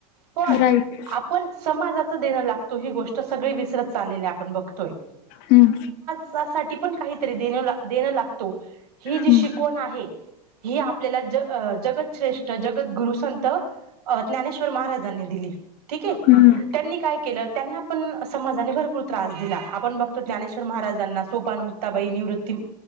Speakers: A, on the right; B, on the left.
A: पण
B: राइट.
A: आपण समाजाचं देणं लागतो ही गोष्ट सगळे विसरत चाललेली आपण बघतोय.
B: हं.
A: सा पण काहीतरी देन लागतो ही जी
B: हं,
A: शिकवण आहे. ही आपल्याला ज जगश्रेष्ठ जगतगुरु संत ज्ञानेश्वर महाराजांनी दिली ठीके
B: हं,
A: त्यांनी काय केलं त्यांना पण समाजाने भरपूर त्रास. दिला आपण बघतो ज्ञानेश्वर महाराजांना सोपान मुक्ताबाई निवृत्ती